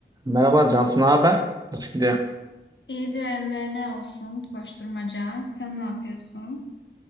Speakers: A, on the right; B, on the left.
A: Merhaba Cansu, ne haber? Nasıl gidiyor?
B: İyidir Emre ne olsun koşturmaca. Sen ne yapıyorsun?